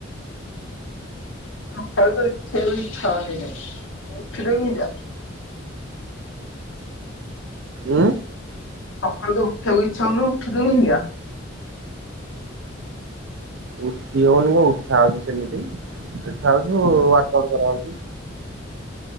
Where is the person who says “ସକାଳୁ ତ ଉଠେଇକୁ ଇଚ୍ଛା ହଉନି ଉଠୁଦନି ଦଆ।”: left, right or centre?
Left